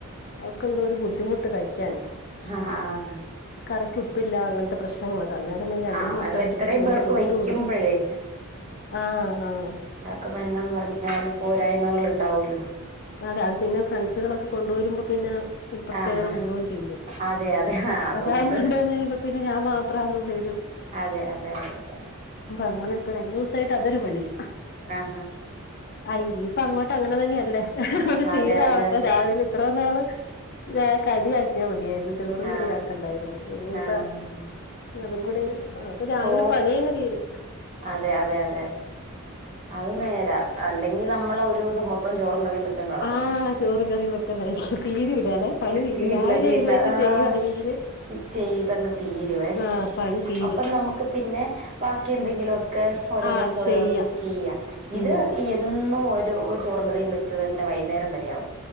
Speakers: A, on the left; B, on the right.
A: അവൾക്കെന്തോ ഒരു ബുദ്ധിമുട്ട് കഴിക്കാന്
B: ആഹ് ആഹ്
A: കറിക്ക് ഉപ്പില്ല അങ്ങനത്തെ പ്രശ്നങ്ങളൊക്കെ അന്നേരം പിന്നെ രണ്ട്
B: ആഹ് ആഹ്
A: മൂന്ന് ദിവസായിട്ടിപ്പം
B: ഇത്രയും
A: ചോറ്
B: പേർക്ക്
A: കൊടുത്തു
B: വയ്ക്കുമ്പോഴേ
A: വിടാ ആഹ് ആഹ്
B: അവക്ക് എന്നാന്ന് പറഞ്ഞാലും പോരായ്മകൾ ഉണ്ടാവല്ലോ
A: അതെ അത് പിന്നെ ഫ്രണ്ട്സുകളൊക്കെ കൊണ്ടാെരുമ്പോ പിന്നെ ഒരു പ്രത്യേകത
B: ആഹാ
A: കൂടുകയും ചെയ്യും
B: അതെ അതെ ആഹ് അതുണ്ട്
A: ഒരാൾ കൊണ്ടുവന്ന് കഴിയുമ്പോത്തിനും പിന്നെ ഞാൻ മാത്രാന്നൊരു
B: അതെ അതെ അതെ അതെ.
A: അങ്ങനെ ഇപ്പൊ രണ്ടൂസായിട്ട് അതൊരു പണിയ
B: ആഹാ
A: അയിനിയിപ്പ അങ്ങോട്ട് അങ്ങനെ തന്നെല്ലേ. ശക്ഷീലമാവട്ടെ
B: അതെ അതെ അതെ
A: രാവിലെ ഇത്ര നാള് കടിയാക്കിയാൽ മതിയായിരുന്നു ചോറും
B: ആഹ്
A: കറിയാക്കണ്ടായിരുന്നു ഇനിയിപ്പ
B: ആഹ്
A: അതും കൂടെ അപ്പൊ രാവിലെ
B: ഓ
A: പണി അങ്ങ് തീരും.
B: അതെ അതെ അതെ. അത് നേരാ അല്ലെങ്കിൽ നമ്മളോരൂസം മൊത്തം ചോറും കറിയും വെച്ചോണ്ട് നടക്കും
A: ആഹ് ചോറും കറിയും വെക്കലായിരിക്കും തീരൂലാല്ലെ പണി തീരും
B: തീരില്ല
A: രാവിലെ
B: തീരില്ല
A: എഴുന്നേറ്റ്
B: ആഹ്.
A: ചെയ്യുവാണെങ്കില്
B: ഇ ചെയ്തങ്ങ് തീരുവേ
A: ആഹ് പണി തീരും
B: അപ്പൊ നമുക്ക് പിന്നെ ബാക്കി എന്തെങ്കിലും ഒക്കെ ഓരോ
A: ആഹ്
B: ദിവസം
A: ചെയ്യാം
B: ഓരോ ദിവസം ചെയ്യാ ഇത്
A: ഉം
B: എന്നും ഒരു ചോറും കറിയും വെച്ച് തന്നെ വൈകുന്നേരം വരെയാവും.